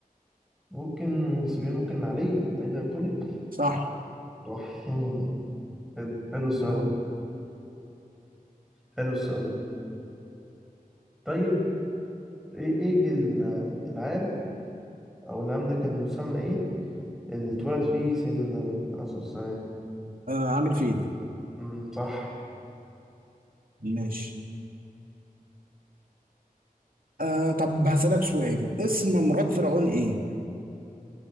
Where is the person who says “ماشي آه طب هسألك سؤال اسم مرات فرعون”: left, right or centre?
Right